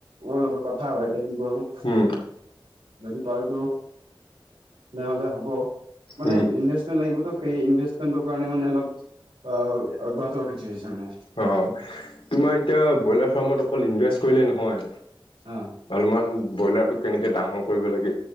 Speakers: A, on the right; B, on the left.
A: <unintelligible> লগত কথা বা এতিয়া কি কৰোঁ।
B: উম
A: যদি পাৰোটো। তেনেহ'লে হ'ব, মানে
B: উম
A: ইনভেষ্টমেন্ট লাগিবতো সেই ইনভেচমেন্টৰ কাৰণে মানে অলপ অ' অব্যাহত ৰখি থৈ দিছোঁ মানে।
B: অ তোমাৰ এতিয়া ব্ৰইলাৰ ফাৰ্মত অকল ইনভেষ্ট কৰিলে নহয়,
A: অ'
B: ভালমান ব্ৰইলাৰটো কেনেকে ডাঙৰ কৰিব লাগে,